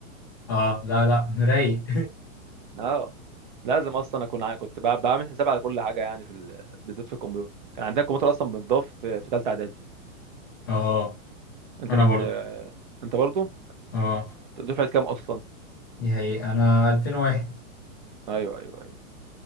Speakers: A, on the left; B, on the right.
A: اه لا لا <laughs> رايق
B: اه لازم اصلا اكون عا- كنت بع- بعمل حساب على كل حاجه يعني في ال... بالذات في الكمبيوتر كان عندنا الكمبيوتر اصلا بنضاف في ثالثه اعدادي
A: اه
B: انت
A: انا
B: من
A: برضو
B: آه، انت برضو
A: اه
B: أنت دفعه كام اصلا
A: دي حقيقة انا 2001
B: ايوه ايوه ايوه